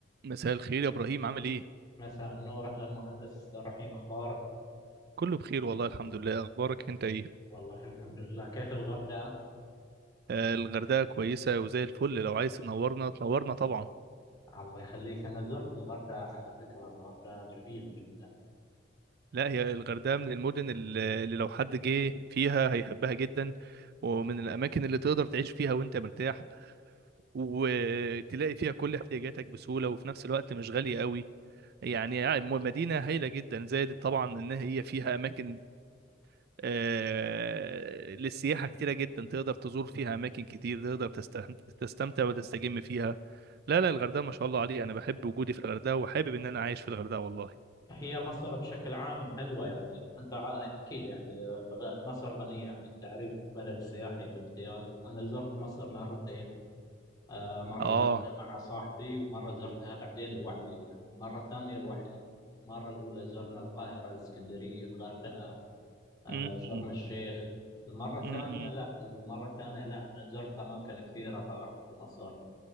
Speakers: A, on the right; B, on the left.
A: مساء الخير يا ابراهيم عامل ايه
B: مساء النور أهلا مهندس عبد الرحيم أخبارك؟
A: كله بخير والله الحمد لله اخبارك انت ايه
B: والله الحمد لله كيف الغردقة؟
A: آه الغردقه كويسه وزي الفل لو عايز تنورنا تنورنا طبعا
B: الله يخليك أنا زرت الغردقة على فكرة الغردقة جميلة جدا
A: لا هي الغردقه من المدن ال- اللي لو حد جه فيها هيحبها جدا ومن الاماكن اللي تقدر تعيش فيها وانت مرتاح وتلاقي فيها كل احتياجاتك بسهوله وفي نفس الوقت مش غاليه قوي يعني م- مدينه هايله جدا زائد طبعا ان هي فيها اماكن آه، للسياحة كتيرة جدا تقدر تزور فيها أماكن كتير تقدر تستمتع تستمتع وتستجم فيها لا لا الغردقة ما شاء الله عليها أنا بحب وجودي في الغردقة وحابب إن أنا عايش في الغردقة والله
B: هي مصر بشكل عام حلوة يعني أنت عا- أكيد يعني بغ- مصر غنية عن التعريف بلد سياحي بامتياز أنا زرت مصر مرتين آه، مرة
A: آه
B: زرتها مع صاحبي ومرة زرتها بعدين لوحدي المرة الثانية لوحدي المرة الأولى زرنا القاهرة الإسكندرية الغردقة آه،
A: أمم،
B: شرم الشيخ المرة الثانية
A: أمم.
B: لا المرة الثانية لا أنا زرت أماكن كثيرة طبعا في مصر